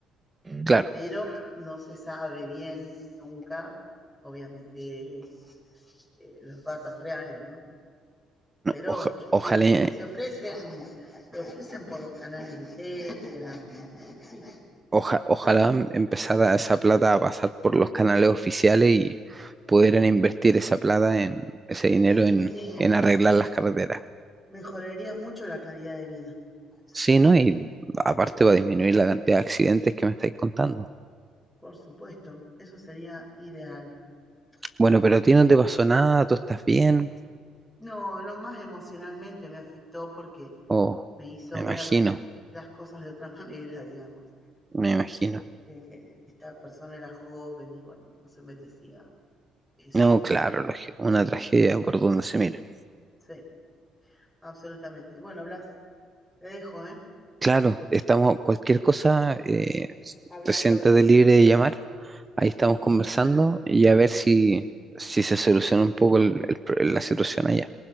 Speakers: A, on the right (about 25°); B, in the centre.
A: Claro,
B: pero no se sabe bien nunca, obviamente, eh, los datos reales, ¿no? Pero
A: oja-
B: yo
A: ojalá,
B: sé que pues, se ofrecen, lo ofrecen por los canales de Telegram, sí,
A: oja- ojalá empezara esa plata a pasar por los canales oficiales y pudieran invertir esa plata en ese dinero
B: y
A: en,
B: sí,
A: en arreglar las carreteras.
B: mejoraría mucho la calidad de vida. Eso,
A: Sí, ¿no? Y aparte va a disminuir la cantidad de accidentes que me estáis contando.
B: por supuesto, eso sería ideal.
A: Bueno,
B: Así
A: pero a ti
B: que
A: no te pasó nada, tú estás bien.
B: No, no más emocionalmente me afectó porque
A: Oh,
B: me hizo
A: me
B: ver
A: imagino,
B: las cosas de otra <laughs> manera, digamos.
A: me imagino.
B: Este, esta persona era joven y bueno, no se merecía eso.
A: No, claro, lógico, una tragedia por donde se mira.
B: Sí, absolutamente. Bueno, Blas, te dejo, ¿eh?
A: Claro, estamos, cualquier cosa, eh,
B: Hablando.
A: te siéntate libre de llamar. Ahí estamos conversando
B: Bueno,
A: y a ver si, si se soluciona un poco el- el pro- la situación allá.